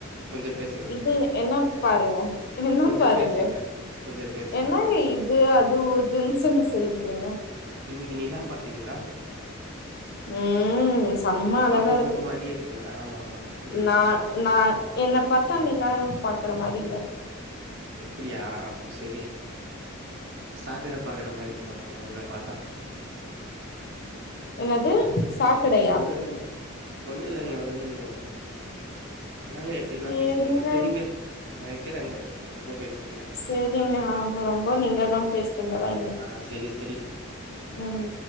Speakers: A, on the right; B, on the left.
A: கொஞ்சோ பெர்ஸ்
B: இது என்னப் பாருங்க என்ன
A: கொஞ்சோ
B: பாருங்க
A: பேசுங்க கொஞ்சோ பேசுங்க
B: என்னாங்க இது அது உதுன்னு சொல்லிச் சொல்றீங்க
A: இன்னிக்கி நிலா பாத்தீங்களா
B: ம்ம் சம்மா அழகா
A: பாக்க உங்கள
B: இருக்கு
A: மாரியே இருக்குல்ல ஆமா ஆமா ம்
B: நா நா என்ன பாத்த நிலாவ பாக்குற மாரிங்க
A: அப்பிடியா அப்போ செரி சாக்கட பாக்குற மாரி இருக்கு அப்போ நா உங்கள பாத்தா
B: என்னது சாக்கடை
A: ஒண்ணு இல்லங்க ஒண்ணு இல்லைங்க ஒண்ணுல்லேங்க இன்னாங்க இப்டிலா
B: சேரிங்க
A: பேசுறீங்க செரிங்க நா வெக்குறேங்க ரொம்ப பேசிட்டீங்க
B: செரிங்க ஆ ரொம்ப நீங்க தா பேஸ்ட்டீங்க வைய்ங்கா
A: ஆ செரி செரி
B: ம்ம்